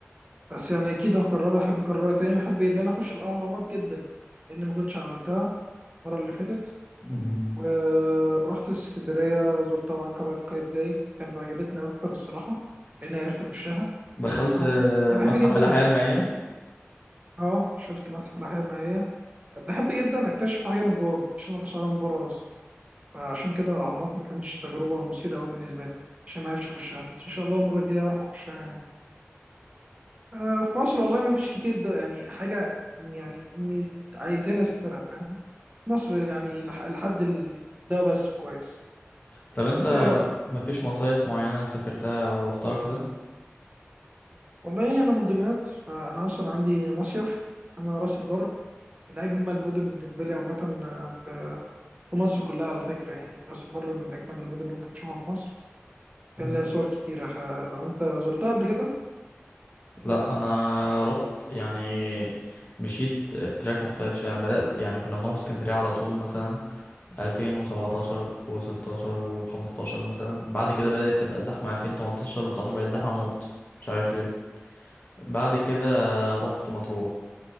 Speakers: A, on the right (about 30°); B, on the left (about 40°).
A: بس يعني اكيد هكررها احب اكررها تاني واحب ان انا اخش الاهرامات جدا لان ما كنتش عملتها المره اللي فاتت
B: مم.
A: ورحت اسكندرية زرت طبعا قلعة قايتباي كانت عجبتني أكتر الصراحة لأني عرفت أخشها
B: دخلت
A: كان مسموح
B: آه،
A: أنا
B: متحف
A: بحب جدا
B: الاحياء المائية
A: أه شفت متحف الأحياء المائية بحب جدا أكتشف حاجة من جوه مبحبش أنا بس عليها من بره بس فعشان كده الأهرامات ما كانتش تجربة مثيرة أوي بالنسبة لي عشان ما عرفش أخشها بس إن شاء الله المرة الجاية أعرف أخشها يعني. أه في مصر والله ما فيش كتير ده يعني حاجة يعني م- عايزين أسافرها فاهم مصر يعني لح- لحد ال- ده بس كويس
B: طب انت
A: أنت إيه رأيك؟
B: م- مفيش مصايف معينة سافرتها او روحتها كده؟
A: والله انا من دمياط فانا اصلا عندي مصيف انا راس البر من اجمل المدن بالنسبه لي عامه آه، في في مصر كلها على فكره يعني راس البر من اجمل المدن اللي ممكن تشوفها في مصر كان
B: مم.
A: ليها صور كتيره ح- لو انت زرتها قبل كده
B: لا انا رحت يعني مشيت تراك مختلف شويه انا بدات يعني كنا بنروح اسكندريه على طول مثلا 2017 و16 و15 مثلا بعد كده بدأت تبقى زحمة 2018 و19 بقت زحمة موت مش عارف ليه بعد كده رحت مطروح